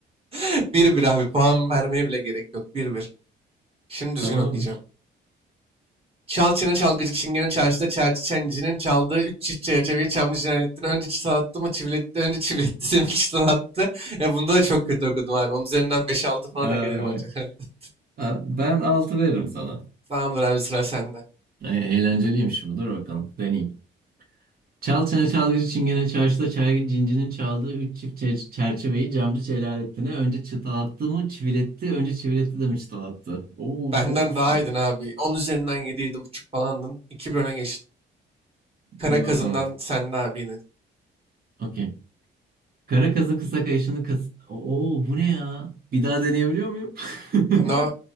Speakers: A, on the right; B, on the right.
A: <laughs> Bir bir abi. Puan vermeye bile gerek yok. Bir bir. Şimdi düzgün
B: Tamamdır.
A: okuyacağım. Çal çene çalgıcı çingene çarşıda çerçi çencinin çaldığı üç çift çerçeveyi çamlı cinayettin. Önce çıtalattı mı çiviletti, önce çiviletti <laughs> sonra çıtalattı. Ya bunda da çok kötü okudum abi. Onun üzerinden beş altı falan
B: Ee,
A: hak ederim ancak. <laughs>
B: a- ben altı veririm sana.
A: Tamamdır abi sıra sende.
B: E- eğlenceliymiş bu. Dur bakalım. Deneyeyim. Çal çene çalgıcı çingene çarşıda çergi cincinin çaldığı üç çift çer- çerçeveyi camcı Celalettin'e önce çıtalattı mı çiviletti önce çiviletti de mi çıtalattı? Oo
A: Benden
B: zormuş
A: daha
B: bu.
A: iyiydin abi. 10 üzerinden yedi yedi buçuk falandın. 2 bir öne geçtin. Kara
B: İyi
A: kazından
B: bakalım.
A: sende abi yine.
B: Okey. Kara kazın kısa kayışını kas... Oo bu ne ya? Bir daha deneyebiliyor muyum? <laughs>
A: No,